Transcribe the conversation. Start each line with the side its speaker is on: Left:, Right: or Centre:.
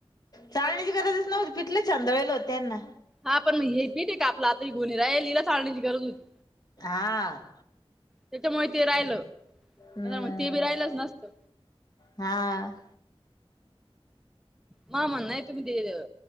Left: चाळण्याची गरजच नव्हती. तिथ लई छन्दळेल होत त्यांना.
Centre: हा पण मग हे पीठ हाय का आपल आता हि गोणी राहयेल ए. हिला चाळण्याची गरज होती.
Left: हां.
Centre: त्याच्यामुळे ते राहिलं.
Left: हम्म.
Centre: मग ते बी राहिलच नसतं
Left: हा.
Centre: म आम्हाला नाही तुम्ही दिलेल.